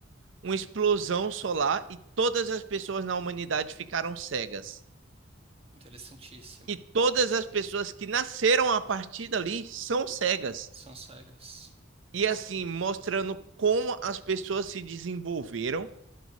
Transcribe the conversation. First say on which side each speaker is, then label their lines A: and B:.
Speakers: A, on the right; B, on the right.
A: uma explosão solar e todas as pessoas na humanidade ficaram cegas.
B: interessantíssimo.
A: E todas as pessoas que nasceram a partir dali são cegas.
B: São cegas.
A: E assim, mostrando como as pessoas se desenvolveram